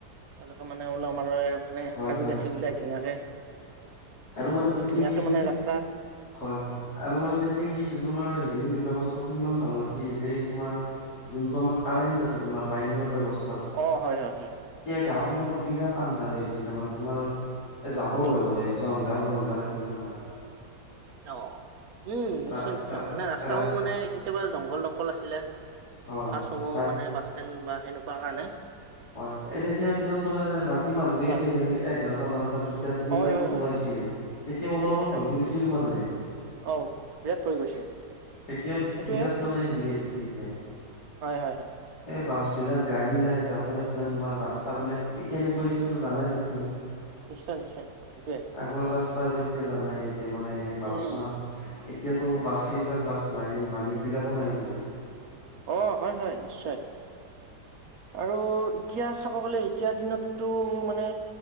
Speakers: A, on the right (about 60°); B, on the left (about 65°).
A: তেওঁলোক মানে ওলাম ৰে মানে
B: হয়
A: সাজি
B: হয়
A: কাচি ওলাই ধুনীয়াকে
B: আৰু মানে তেতিয়া
A: ধুনীয়াকে
B: গছিল
A: মানে যাত্ৰা
B: হয় হয় আৰু মানে তেতিয়া গছিল তোমাৰ হে এই ব্যয়ৱস্থাতটো সিমান ভাল নাছিলেই তোমাৰ যোনটো আমাৰ কাৰেণ্
A: হয়
B: আছে তোমাৰ লাইনৰ ব্যৱস্থা
A: অ হয় হয় হয়
B: গাও বিলাকত বিৰাট আন্ধাৰ হৈছিল তাৰমানে তোমাৰ এ যাব
A: ঠিকেই
B: হৈ গৈ দংঘাল দংগাল আছিল দঙাল ম
A: অ উম নিশ্চয়
B: ৰা-
A: নিশ্চয়
B: ৰা-
A: মানে ৰাস্তাস
B: ৰাতি
A: সমূহ মানে কেতিয়াবা জংঘল দংঘল আছিলে
B: হয়
A: বাছ সমূহ
B: ৰাত-
A: মানে যেন বা সেনেকুৱা কাৰণে
B: হয় তেতিয়াাৰ দিনত মানে ৰাতি মানুহে
A: হয়।
B: এতিয়া যেনেকে এঘাৰটা বাৰটা দুইটা তিনিটাাতো
A: হয় হয় হয়
B: ওলাইছিল এতিয়া ওলাব
A: ঠিক কথা।
B: ভয় কৰিছিল মানে এতিয়া
A: অ বিৰাট পৰি গৈছে সেইটোয়ে
B: বিৰাট মানে হেৰি আহছিল তেতিয়া
A: হয় হয় হয়
B: এই বাছ এই বিলাক গাড়ী নাই যাত ত ইয়াত নাই তোমাৰ ৰাস্তা বিলাক এই কেনেকুৱা আছিল তো জানাই তেতিয়া
A: নিশ্চয় নিশ্চয় নিশ্চয় সেইটোয়ে।
B: আগৰ ৰাস্তা এতিয়া জানাই মানে বাচ
A: উম।
B: মাহ এতিয়াতো বাছ সেইবিলাক বাছ নাই মালিক বিলাকো নাই বিজ
A: অ হয় হয় নিশ্চয় আৰু এতিয়া চাব গ'লে এতিয়া দিনত তটো মানে